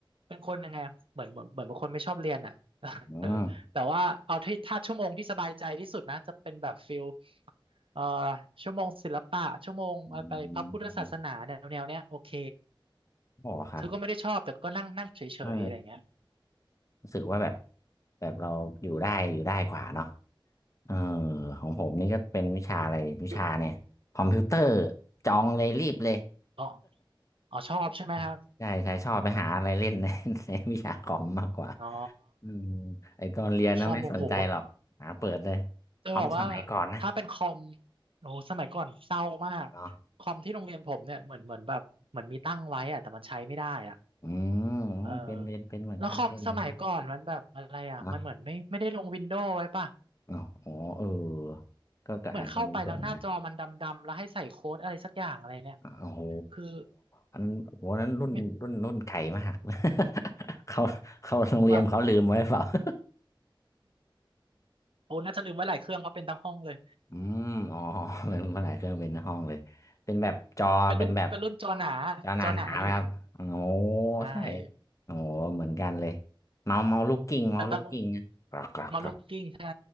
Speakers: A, on the right; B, on the left.
A: เป็นคนยังไงอะเหมือนเหมือนเหมือนเป็นคนไม่ชอบเรียนอ่ะ <laughs>
B: อืม
A: เออแต่ว่าเอาที่ถ้าชั่วโมงที่สบายใจที่สุดนะจะเป็นแบบฟิลเอ่อชั่วโมงศิลปะชั่วโมงไปพระพุทธศาสนาแนวแนวเนี้ยโอเค
B: อืมอ๋อครับ
A: คือก็ไม่ได้ชอบแต่ก็นั่งนั่งเฉยๆอะไรเงี้ย
B: เออ รู้สึกว่าแบบแบบเราอยู่ได้อยู่ได้กว่าเนาะเออของผมนี่ก็เป็นวิชาอะไรวิชาเนี่ยคอมพิวเตอร์
A: อยู่
B: จองเลยรีบเลย
A: อ๋ออ๋อชอบใช่ไหมครับ
B: <laughs> ใช่ใช่ชอบไปหาอะไรเล่น <laughs> ในในวิชาคอมมากกว่า
A: อ๋อ
B: อืมไอตอนเรียนนะไม่สนใจหรอกหาเปิดเลย
A: คอมโอ้โห จะบอกว่า
B: คอมสมัยก่อนนะ
A: ถ้าเป็นคอมโอ้โหสมัยก่อนเศร้ามาก
B: เนาะ
A: คอมที่โรงเรียนผมเนี่ยเหมือนเหมือนแบบเหมือนมีตั้งไว้อะแต่มันใช้ไม่ได้อะ
B: อืม
A: เออ
B: เป็นเป็นเป็นเหมือนกันเป็นเหมือนกัน
A: แล้วคอมสมัยก่อนมันแบบอะไรอ่ะมันเหมือนไม่ไม่ได้ลงวินโดว์ไว้ป่ะ
B: เนาะอ๋อโอ้เออก็ก็อาจจะมีส่วน
A: เหมือนเข้าไปแล้วหน้าจอมันดำๆแล้วให้ใส่โค้ดอะไรสักอย่างอะไรเนี่ย
B: โอ้โห
A: คือ
B: อันโหนั้นรุ่น
A: ไม่
B: รุ่น รุ่นไก่มาก <laughs> เขาเขาโรงเรียนเขาลืมไว้เปล่า
A: แบบ
B: <laughs>
A: โอ้น่าจะลืมไว้หลายเครื่องเพราะเป็นทั้งห้องเลย
B: อืมอ๋อเป็นภาษาเครื่องเป็นห้องเลย เป็นแบบจอ
A: เป็นรุ่นเป็นรุ่นจอหนา
B: เป็นแบบจอหนาๆนะครับโอ้โห
A: จอหนาอยู่ ใช่
B: ใช่โอ้โหเหมือนกันเลย
A: อืม
B: เมาเมาลูกกิ้งเมาลูกกิ้งนะกรอกกรอกกรอก
A: แต่ตอนนอนลูกกิ้งใช่